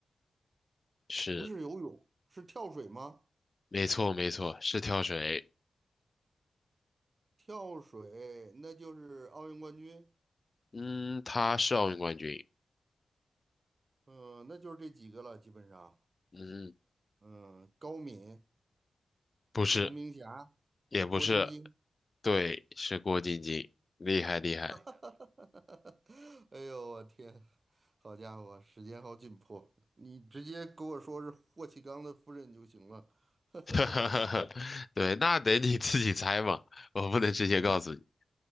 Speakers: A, on the left; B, on the right.
A: 是，
B: 不是游泳，是跳水吗？
A: 没错，没错，是跳水，
B: 跳水，那就是奥运冠军，
A: 嗯，他是奥运冠军，
B: 嗯、那就是这几个了，基本上，
A: 嗯，
B: 嗯、高敏、
A: 不是，
B: 伏明霞、
A: 也不是，
B: 郭晶晶，
A: 对，是郭晶晶，厉害厉害。
B: <laughs> 哎呦，我天，好家伙，时间好紧迫，你直接给我说是霍启刚的夫人就行了，<laughs>
A: <laughs> 哈哈哈，对，那得你自己猜嘛，我不能直接告诉你。